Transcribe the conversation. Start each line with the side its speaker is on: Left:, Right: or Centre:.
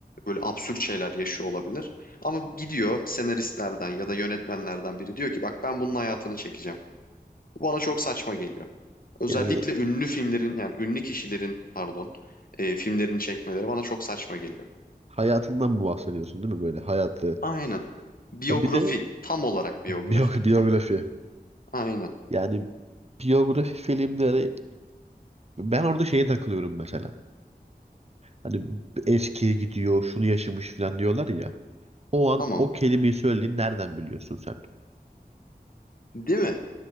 Left: böyle absürt şeyler yaşıyor olabilir. Ama gidiyor senaristlerden ya da yönetmenlerden biri diyor ki bak ben bunun hayatını çekeceğim. Bu bana çok saçma geliyor. Özellikle
Right: Yani
Left: ünlü filmlerin yani ünlü kişilerin pardon e, filmlerini çekmeleri bana çok saçma geliyor.
Right: hayatından mı bahsediyorsun değil mi böyle hayatı?
Left: Aynen. Biyografi.
Right: Ya bir de
Left: Tam olarak biyografi.
Right: biyo <laughs> biyografi.
Left: Aynen.
Right: Yani biyografi filmleri ben orada şeye takılıyorum mesela. Hani eskiye gidiyor, şunu yaşamış falan diyorlar ya. O an
Left: Tamam.
Right: o kelimeyi söylediğini nereden biliyorsun sen?
Left: Değil mi?